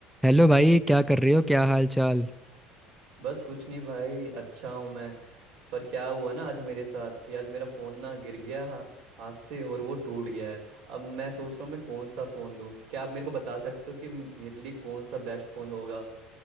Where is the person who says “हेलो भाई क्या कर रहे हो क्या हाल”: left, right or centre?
Centre